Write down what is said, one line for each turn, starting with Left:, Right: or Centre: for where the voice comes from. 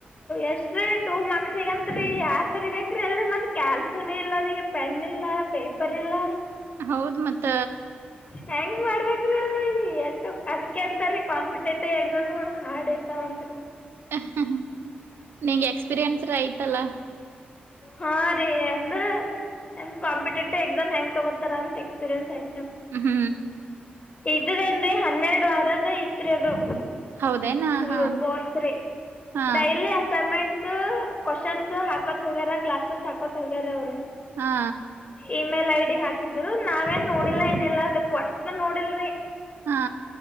Left: ಎಷ್ಟ್ರೀ ಟೂ ಮಾರ್ಕ್ಸಿಗಂತ್ರಿ ಯಾರ್ ಬರಿಬೇಕ್ರಿ ಅಲ್ಲಿ ಮತ್ ಕ್ಯಾಲ್ಸಿನೆ ಇಲ್ಲ ರೀ ಪೆನ್ ಇಲ್ಲ ಪೇಪರ್ ಇಲ್ಲ.
Right: ಹೌದ್ ಮತ್ತ
Left: ಹೆಂಗ್ ಮಾಡ್ಬೇಕ್ರಿ ಅಲ್ಲಿ ಎಟ್ಟು ಅದಕ್ಕೆ ಅದ್ಕ ರಿ ಕಾಂಪಿ ಶಟ್ಟ ಎಕ್ಸಾಮ್ ಹಾರ್ಡ್ ಇರ್ತಾವಂತ್ರಿ
Right: ಅಹ್ ಹ್ ಹ್ಮ್ ನಿಂಗ್ ಎಕ್ಸ್ಪೀರಿಯನ್ಸ್ರ ಐಯ್ತಲ್ಲ
Left: ಹಾ ರೀ ಅಂದ್ರೆ ಎಂದ ಕಾಂಪಿಟೇಟಿವ್ ಎಕ್ಸಾಮ್ ಹೆಂಗ್ ತಗೋತಾರ ಅಂತ ಎಕ್ಸ್ಪೀರಿಯನ್ಸ್ ಆಯ್
Right: ಹ್ಮ್
Left: ಇದದೇನ್ರಿ ಹನ್ನೆರಡು ವಾರದು ಇತ್ರಿ ಅದು.
Right: ಹೌದೇನಾ ಹಾ
Left: ಹ ಕೋರ್ಸ್ ರೀ
Right: ಹಾ
Left: ಡೈಲಿ ಅಸೈನ್ಮೆಂಟ್ ಕ್ವಶನ್ಸ್ ಹಾಕತ್ ಹೋಗ್ಯಾರ ಕ್ಲಾಸಸ್ ಹಾಕೊತ್ ಹೋಗ್ಯಾರ ಅವ್ರು.
Right: ಹಾ
Left: ಇಮೇಲ್ ಐ ಡಿ ಹಾಕಿದ್ರು ನಾವೇನ್ ನೋಡಿಲ್ಲ ಏನಿಲ್ಲ ಅದಕ್ ಒಟ್ಟನ್ ನೋಡಿಲ್ರಿ.
Right: ಹಾ